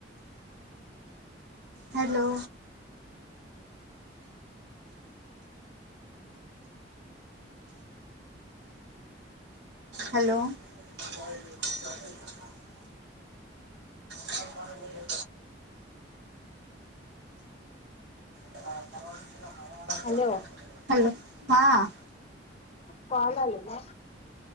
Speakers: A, on the right; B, on the left.
A: Hello. Hello. <unintelligible> <unintelligible> <unintelligible>
B: Hello.
A: Hello हा
B: कॉल आले ना?